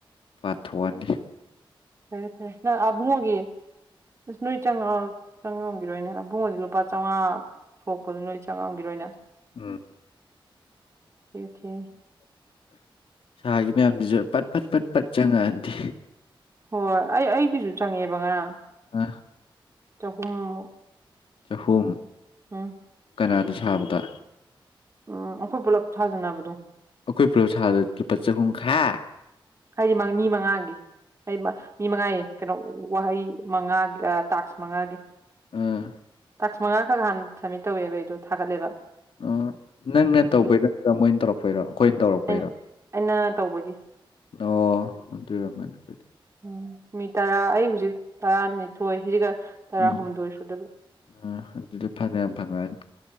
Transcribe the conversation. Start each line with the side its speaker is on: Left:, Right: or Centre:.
Left: ꯄꯥꯊꯣꯛꯑꯅꯤ
Right: ꯐꯔ ꯐ ꯅ ꯑꯕꯣꯒ ꯑꯁ ꯅꯣꯏ ꯆꯪꯉ ꯆꯪꯉꯝꯈꯤꯔꯣꯏꯅꯦ ꯏꯕꯨꯡꯉꯗꯤ ꯂꯨꯄꯥ ꯆꯥꯝꯃꯉꯥ ꯊꯣꯛꯄꯗꯨꯣ ꯅꯣꯏ ꯆꯪꯉꯝꯈꯤꯔꯣꯏꯅꯦ
Left: ꯎꯝ
Right: ꯑꯣꯦ ꯑꯣꯀꯦ
Left: ꯁꯥꯒꯤ ꯃꯌꯥꯝꯗꯨꯁꯨ ꯄꯠ ꯐꯠ ꯐꯠ ꯄꯠ ꯆꯪꯉꯛꯑꯗꯤ
Right: ꯍꯣꯏ ꯑꯩ ꯑꯩꯒꯤꯁꯨ ꯆꯪꯉꯦꯕ ꯉꯔꯥꯡ
Left: ꯑ,
Right: ꯆ ꯍꯨꯝ
Left: ꯆꯍꯨꯝ
Right: ꯑꯥ
Left: ꯀꯅꯥꯗꯤ ꯁꯥꯕꯗꯥ
Right: ꯑꯥ ꯑꯩꯈꯣꯏ ꯄꯨꯂꯞ ꯁꯥꯖꯤꯟꯅꯕꯗꯣ
Left: ꯑꯈꯣꯏ ꯄꯨꯂꯞ ꯁꯥꯕꯗ ꯂꯨꯄꯥ ꯆꯍꯨꯝ ꯈꯛ
Right: ꯍꯥꯏꯗꯤ ꯃꯤ ꯃꯉꯥꯒꯤ ꯃꯤ ꯃꯉꯥꯒꯤꯅꯦ ꯀꯩꯅꯣ ꯋꯥꯍꯩ ꯃꯉꯥ ꯇꯥꯛꯀꯁ ꯃꯉꯥꯒꯤ
Left: ꯑꯥ
Right: <unintelligible> ꯅꯍꯥꯟ ꯁꯝꯃꯤꯠ ꯇꯧꯋꯦꯕ ꯑꯩꯗꯣ ꯊꯥꯒꯠꯂꯦꯕ
Left: ꯑꯣ ꯅꯪꯅ
Right: ꯑꯗꯨꯒꯤ
Left: ꯇꯧꯕꯩꯔꯣ ꯃꯣꯏꯅꯥ ꯇꯧꯔꯛꯄꯩꯔꯣ ꯑꯩꯈꯣꯏꯅ ꯇꯧꯔꯛꯄꯩꯔꯣ
Right: ꯑꯩꯅ ꯑꯩꯅ ꯇꯧꯕꯒꯤ
Left: ꯑꯣ ꯑꯗꯨꯏ ꯑꯣꯔꯝꯃꯅꯤ ꯑꯗꯨꯏꯗꯤ
Right: ꯎꯝ ꯃꯤ ꯇꯔꯥ ꯑꯩ ꯍꯧꯖꯤꯛ ꯇꯔꯥꯅꯤꯊꯣꯏ ꯁꯤꯒ ꯇꯔꯥꯍꯨꯝꯗꯣꯏ
Left: ꯎꯝ
Right: ꯁꯨꯗꯣꯏꯕ
Left: ꯎꯝ ꯑꯗꯨꯗꯥ ꯐꯅꯥꯌꯥꯝ ꯐꯉꯛꯑꯅꯤ